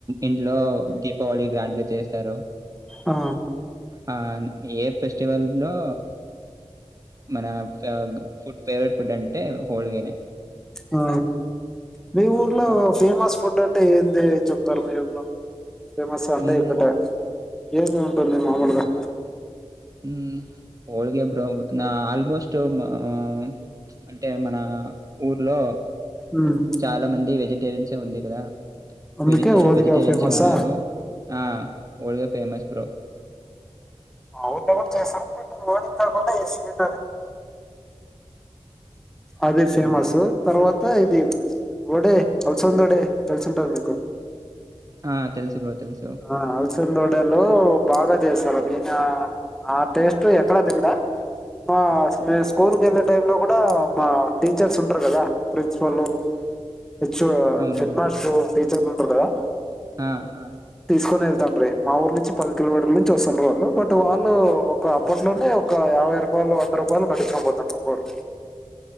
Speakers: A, on the right (about 30°); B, in the centre.
A: ఇంట్లో దీపావళి గ్రాండ్ గా చేస్తారు
B: ఆ
A: ఆ ఏ ఫెస్టివల్ లో మన ఫె ఫుడ్ ఫేవరెట్ ఫుడ్ అంటే హోల్గానే
B: హా మీ ఊర్లో
A: బ్రో
B: ఫేమస్ ఫుడ్ అంట్ టే ఏంద్ అదే చెప్తారు మీ ఊర్లో ఫేమస్ అంటే
A: ఉమ్,
B: ఇక్కట ఏమి ఉంటుంది మామూలుగా
A: ఉమ్ హోల్గా బ్రో నా ఆల్మోస్ట్ హుమ్ ఆ అంటే మన ఆ ఊర్లో
B: ఉమ్,
A: చాలా మంది వెజిటేరియన్సే ఉంది కదా
B: అందుకే
A: వెజి
B: ఓలిగా
A: వెజిటేరియన్సే
B: ఫేమసా
A: ఉన్నారు ఆ వోల్గా ఫేమస్ బ్రో
B: మా ఊల్లో కూడా చేస్తారు బట్ ఓలిగ కాకుండా ఏ స్వీట్ <inaudible> అది ఫేమసు
A: అవునా
B: తర్వాత్ టే ఇది వడే అల్సందొడే తెలిసి ఉంటాది మీక్
A: ఆ తెలుసు బ్రో తెలుసు
B: ఆ అల్సంద వొడె లో బాగా చేస్తారు నేను అ ఆ టేస్ట్ ఎక్కడ తినలే ఆ స్కూల్కి వెళ్ళే టై లో కూడా మా టీచర్స్ ఉంటారు కదా ప్రిన్స్ పలు హెచు
A: అవును
B: హెడ్మాస్టరు
A: బ్రో
B: టీచ్ చెర్లుంటరు కదా
A: ఆ ఆ
B: కొని వెళ్తానిరి మా ఊరు నుంచి పది కిలోమీటర్ నుంచి వస్తారు వాళ్ళు బట్ వాళ్ళు అప్పట్లోనే ఒక యాభై రూపాయలు వంద రూపాయలు కట్టించుకోనిపోతాండ్రి ఒకోరు